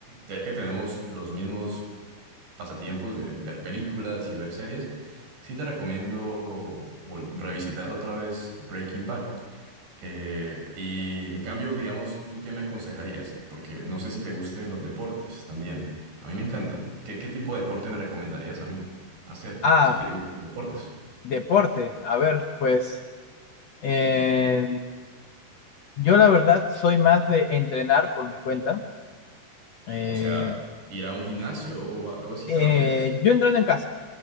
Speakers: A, on the right; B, on the left.
A: ya que tenemos los mismos pasatiempos de ver películas y ver series, sí te recomiendo vol- revisitar otra vez Breaking Bad. Eh, y en cambio, digamos, ¿tú qué me aconsejarías? Porque no sé si te gusten los deportes también. A mí me encantan. ¿Qué, qué tipo de deporte me recomendarías a mí hacer
B: Ah,
A: si te gustan los deportes?
B: deporte. A ver, pues eh, yo la verdad soy más de entrenar por mi cuenta. Eh,
A: O sea, ¿ir a un gimnasio o algo así
B: eh,
A: te refieres?
B: yo entreno en casa.